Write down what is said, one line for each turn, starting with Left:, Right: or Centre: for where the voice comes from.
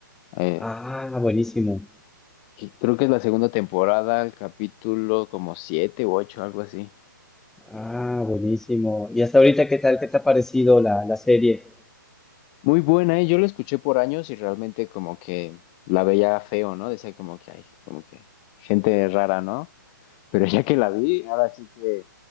Left: Eh,
Centre: Ah, buenísimo.
Left: que- creo que es la segunda temporada, el capítulo como siete u ocho, algo así.
Centre: Ah, buenísimo. ¿Y hasta ahorita qué tal? ¿Qué te ha parecido la, la serie?
Left: Muy buena, ¿eh? Yo la escuché por años y realmente como que la veía feo, ¿no? Decía como que hay, como que gente rara, ¿no? Pero ya que la vi, ahora sí que,